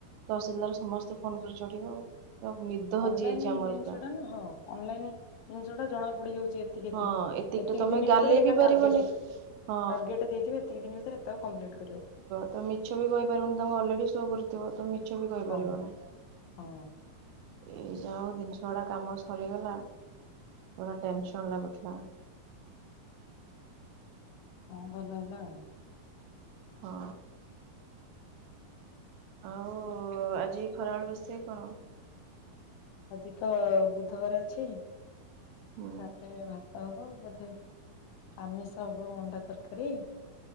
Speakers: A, on the right; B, on the left.
A: ତସିଲାଦାର ସମସ୍ତେ ଫୋନ କରି ଚଢିବେ ଆଉ, ତ ନିଦ
B: ଅନଲାଇନ
A: ହଜିଯାଇଛି ଆମର
B: ଜିନିଷ
A: ପୁରା।
B: ଟା ନା ହଁ, ଅନଲାଇନ ଜିନିଷ ଟା ଜଣା ପଡିଯାଉଛି। ଏ ଏତିକି,
A: ହଁ
B: ଏତିକି,
A: ଏତିକିଟା
B: ଏତିକି
A: ତମେ
B: ଦିନ
A: ଗାଲେଇ
B: ଭିତରେ ଏଇଟା
A: ବି ପାରିବନି।
B: ଟାର୍ଗେଟ।
A: ହଁ
B: ଟାର୍ଗେଟ ଦେଇଥିବେ ଏତିକ ଦିନି ଭିତରେ ଏତକ କପ୍ଲିଟ୍ କରିବ।
A: ତ ମିଛ ବି କହିପାରିବନି ତାଙ୍କୁ ଅଲରେଡି ଶୋ କରୁଥିବ ତ ମିଛ ବି କହିପାରିବନି।
B: ହଁ। ହଁ
A: ଏଇ ଯା ହଉ ଜିନିଷ ଗୁଡା କାମ ସରିଗଲା ପୁରା ଟେନସ ଥଣ୍ଡା ପଡିଥିଲା।
B: ହଁ ଭଲ ହେଲା ଆଉ।
A: ହଁ। ଆଉ ଆଜି ଖରାବେଳ ରୋଷେଇ କଣ?
B: ଆଜି ତ ବୁଧବାର ଅଛି।
A: ହୁଁ।
B: ତାପରେ ଭାତ ହବ ବୋଧେ, ଆମିଷ ହବ ଅଣ୍ଡା ତରକାରୀ।